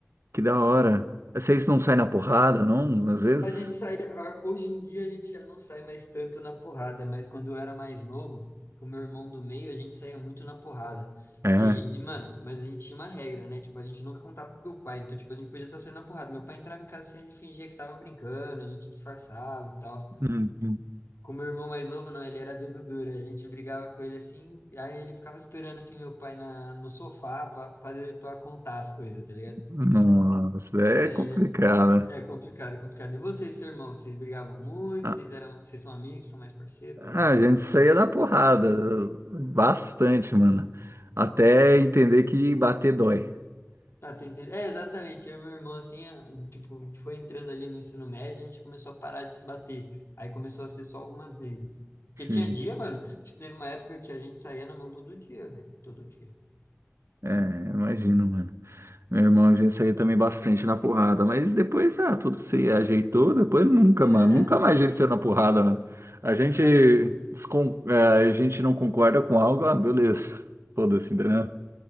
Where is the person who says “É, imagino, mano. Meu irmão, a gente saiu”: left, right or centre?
Right